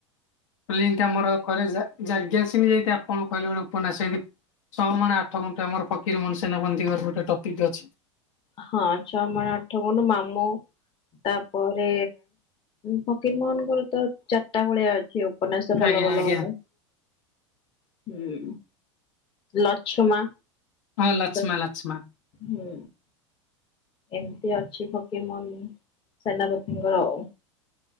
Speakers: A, on the left; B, on the left.
A: ଲିକ୍ ଟା ଆମର କହିଲେ ସାରେ ଯାଜ୍ଞସିନି ଯେମିତି ଏଇଟା ଆପଣ କହିଲେ ଗୋଟେ ଉପନ୍ୟାସ ଏମିତି ଛ ମାଣ ଆଠ ଗୁଣ୍ଠ ଆମର ଫକୀର ମୋହନ୍ ସେନାପତିଙ୍କର ଗୋଟେ ଟପିକ୍ ଅଛି।
B: ହଁ ଛଅ ମାଣ ଆଠ ଗୁଣ୍ଠ, ମାମୁଁ ତାପରେ ଫକୀର ମୋହନଙ୍କର ତ ଚାରିଟା ଭଳିଆ ଅଛି ଉପନ୍ୟାସ ଭଲ-ଭଲ-ଭଲ
A: ଆଜ୍ଞା ଆଜ୍ଞା
B: ହୁଁ। ଲଛମା
A: ହଁ ଲଛମା-ଲଛମା।
B: ତ ହୁଁ। ଏମିତି ଅଛି ଫକିର ମୋହନ ସେନାପତିଙ୍କର ଆଉ।